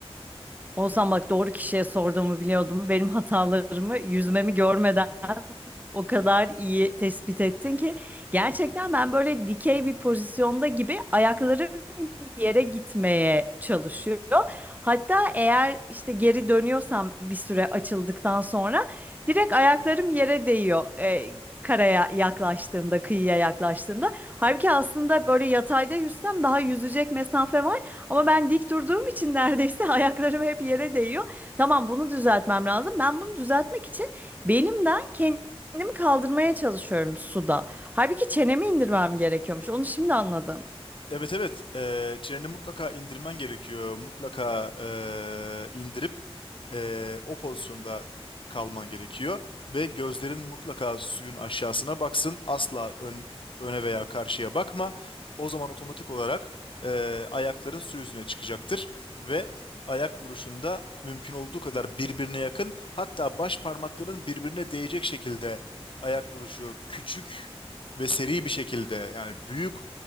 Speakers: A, on the right (about 15°); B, on the left (about 55°).
A: Olsam bak doğru kişiye sorduğumu biliyordum. Benim hatalarımı yüzmemi görmeden o kadar iyi tespit ettin ki gerçekten ben böyle dikey bir pozisyonda gibi ayaklarım yere gitmeye çalışıyor. Hatta eğer işte geri dönüyorsam bir süre açıldıktan sonra direkt ayaklarım yere değiyor. e, karaya yaklaştığımda, kıyıya yaklaştığımda. Halbuki aslında böyle yatayda yüzsem daha yüzecek mesafe var ama ben dik durduğum için neredeyse <laughs> ayaklarım hep yere değiyor. Tamam bunu düzeltmem lazım. Ben bunu düzeltmek için belimden kendimi kaldırmaya çalışıyorum suda. Halbuki çenemi indirmem gerekiyormuş. Onu şimdi anladım.
B: Evet evet Eee treni mutlaka indirmen gerekiyor. Mutlaka eee, indirip eee, o pozisyonda kalman gerekiyor. Ve gözlerin mutlaka suyun aşağısına baksın. Asla ön, öne veya karşıya bakma. O zaman otomatik olarak eee, ayakların su yüzüne çıkacaktır. Ve ayak vuruşunda mümkün olduğu kadar birbirine yakın hatta baş parmakların birbirine değecek şekilde ayak vuruşu küçük ve seri bir şekilde yani büyük